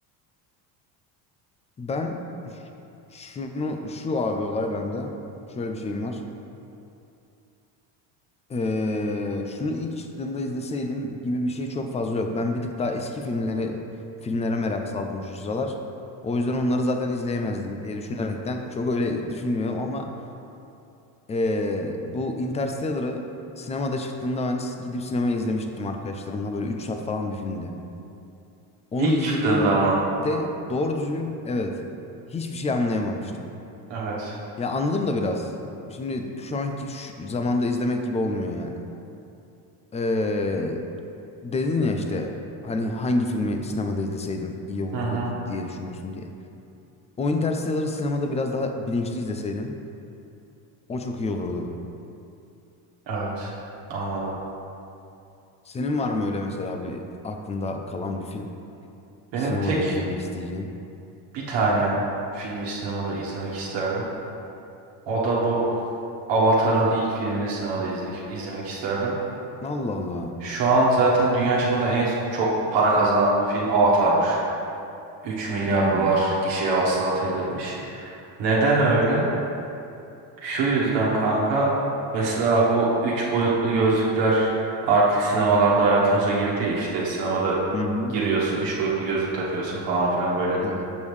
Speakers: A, on the left; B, on the right.
A: Ben ş- şunu şu abi olay bende. Şöyle bir şeyim var. Ee, şunu ilk çıktığında izleseydim gibi bir şey çok fazla yok. Ben bir tık daha eski filmlere filmlere merak saldım şu sıralar. O
B: Hı
A: yüzden
B: hı.
A: onları zaten izleyemezdim diye düşünerekten çok öyle düşünmüyorum ama ee, bu Interstellar'ı sinemada çıktığında ben gidip sinemaya izlemiştim arkadaşlarımla. Böyle 3 saat falan bir filmdi. Onu
B: İlk
A: izlediğimde
B: çıktığında mı?
A: doğru düzgün evet hiçbir şey anlayamamıştım.
B: Evet.
A: Ya anladım da biraz. Şimdi şu anki şu zamanda izlemek gibi olmuyor yani. Ee, dedin ya işte hani hangi filmi sinemada izleseydim iyi olurdu
B: Hı hı.
A: di- diye düşünüyorsun diye. O Interstellar'ı sinemada biraz daha bilinçli izleseydim o çok iyi olurdu.
B: Evet. Anladım.
A: Senin var mı öyle mesela bir aklında kalan bir film
B: Benim
A: sinemada
B: tek
A: izlemek isteyeceğin?
B: bir tane filmi sinemada izlemek isterdim. O da bu Avatar'ın ilk filmini sinemada izlemek, izlemek isterdim.
A: Allah Allah.
B: Şu an zaten dünya çapında en çok para kazanan film Avatar'mış. 3 milyar
A: Hmm.
B: dolar gişe hasılat elde etmiş. Neden öyle? Şu yüzden kanka mesela bu 3 boyutlu gözlükler artık sinemalarda hayatımıza girdi ya işte sinemada
A: Hı hı.
B: giriyorsun 3 boyutlu gözlük takıyorsun falan filan böyle
A: Evet.